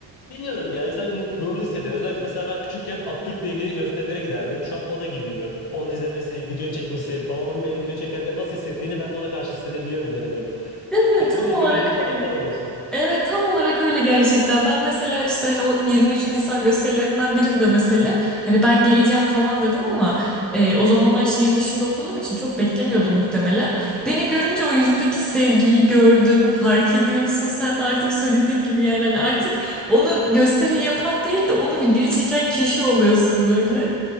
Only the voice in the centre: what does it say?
Değil mi?
Tam olarak
öyle.
Evet tam olarak öyle gerçekten. Ben mesela işte hani o 23 Nisan gösterilerinden birinde mesela hani ben geleceğim falan dedim ama e, o zamanlar şehir dışında okuduğum için çok beklemiyordum muhtemelen. Beni görünce o yüzündeki sevgiyi gördüm, fark ediyorsun. Sen de artık söylediğin gibi yani hani artık onu gösteri yapan değil de onu videoyu çeken kişi oluyorsun böyle.